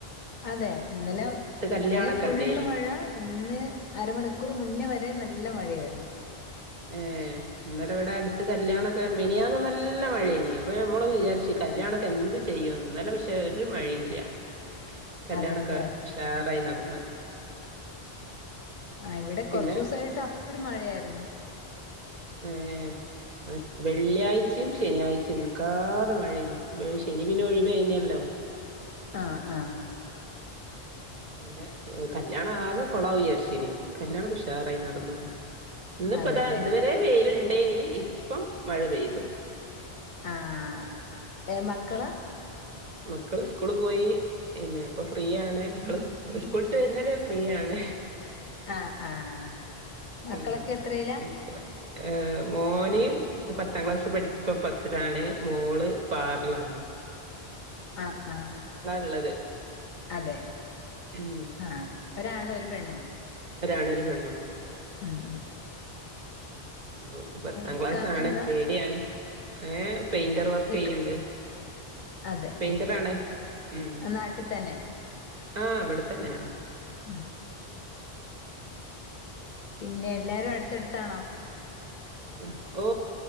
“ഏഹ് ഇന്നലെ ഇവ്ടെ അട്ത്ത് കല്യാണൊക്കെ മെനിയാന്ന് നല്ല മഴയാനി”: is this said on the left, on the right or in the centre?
Right